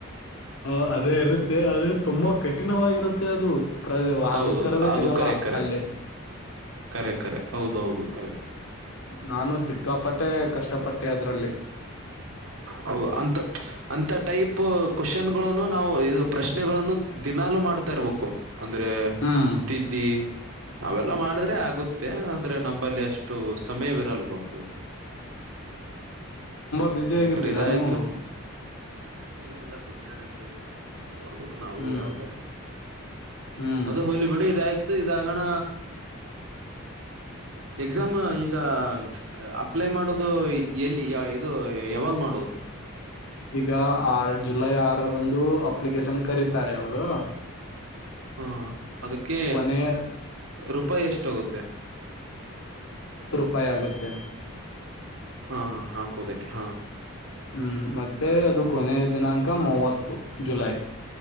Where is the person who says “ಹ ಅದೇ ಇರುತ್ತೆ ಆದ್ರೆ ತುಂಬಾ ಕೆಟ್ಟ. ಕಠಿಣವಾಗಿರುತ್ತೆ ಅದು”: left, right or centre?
Left